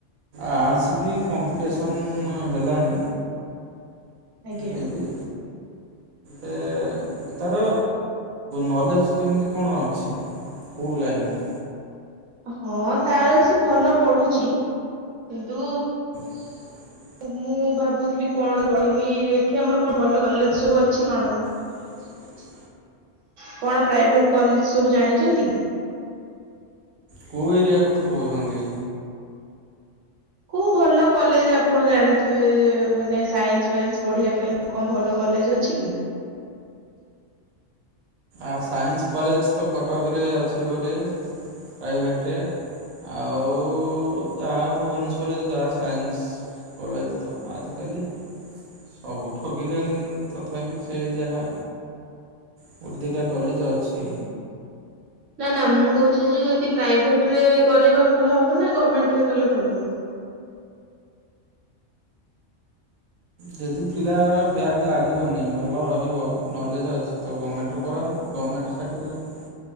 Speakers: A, on the right; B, on the right.
A: ଆର୍ଟସ ବି କମ୍ପିଟିସନ୍ ହେଲାଣି।
B: ଆଜ୍ଞା
A: ଫେର୍ ବି ଏ ତାର ନଲେଜ୍ କେମିତି କଣ ଅଛି? କୋଉ ଲାଇନ୍ ରେ?
B: ହଁ ତାର ସେ ଭଲ ପଢୁଛି କିନ୍ତୁ
A: <inaudible>
B: ମୁଁ ଭାବୁଥିଲି କଣ କହିବି ଏଠି ଆମର କଣ ଭଲ କଲେଜ ସବୁ ଅଛି କଣ?
A: <inaudible>
B: କଣ ପ୍ରାଇଭେଟ କଲେଜ ସବୁ ଜାଣିଛନ୍ତି କି?
A: କୋଉ ଏରିଆ କଥା କହୁଛନ୍ତି?
B: କୋଉ ଭଲ କଲେଜ ଆପଣ ଜାଣିଥିବେ ଏ ମାନେ ସାଇନ୍ସ ଫାଇନ୍ସ ପଢିବା ପାଇଁ? କଣ ଭଲ କଲେଜ ଅଛି କି?
A: ଆ ସାଇନ୍ସ କଲେଜ ତ କଟକରେ ଅଛି ଗୋଟେ। ପ୍ରାଇଭେଟ। ଆଉ ଯାହା ଭୁବନେଶ୍ୱରରେ ଯାହା ସାଇନ୍ସ କଲେଜ ତ ଆଜିକାଲି ସବୁ ଠକିଲେଣି ତଥାପି ସେ ଯାହା ଗୋଟେ ଦିଟା କଲେଜ ଅଛି।
B: ନା ନା ମୁଁ କହୁଛି ଯେ ଯଦି ପ୍ରାଇଭେଟ ରେ କରିବା ଭଲ ହବ ନା ଗଭର୍ଣ୍ଣମେଣ୍ଟ ରେ କଲେ ଭଲ ହବ?
A: ଯଦି ଫିଲାହାର ବ୍ୟାକ୍ ଲାଗିବନି, ଭଲ ରହିବ, ନଲେଜ୍ ଅଛି ତ ଗମେଣ୍ଟରେ କରନ୍ତୁ। ଗମେଣ୍ଟ ସାର୍ଟିଫିକେଟ୍,